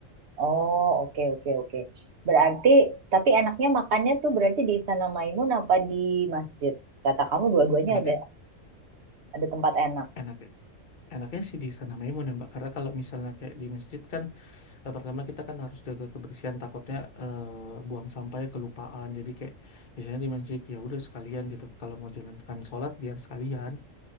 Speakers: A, on the right (about 55°); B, on the left (about 40°).
A: Oh, oke, oke, oke. Berarti, tapi enaknya makannya tuh berarti di Istana Maimun apa di masjid? Kata kamu dua-duanya
B: Enaknya,
A: ada ada tempat enak.
B: enaknya, enaknya sih di Istana Maimun ya Mbak. Karena kalau misalnya kayak di masjid kan, eh, pertama kita kan harus jaga kebersihan. Takutnya eh, buang sampahnya kelupaan. Jadi kayak misalnya di masjid ya udah sekalian gitu. Kalau mau jalankan sholat biar sekalian.